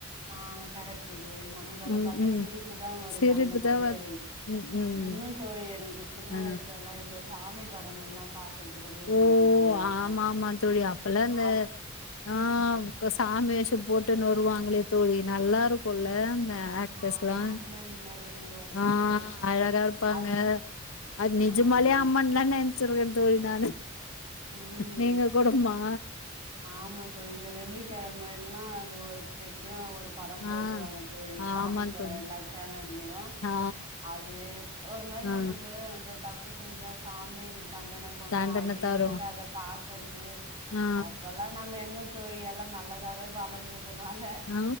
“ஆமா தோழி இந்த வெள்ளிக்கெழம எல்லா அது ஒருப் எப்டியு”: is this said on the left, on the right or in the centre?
Right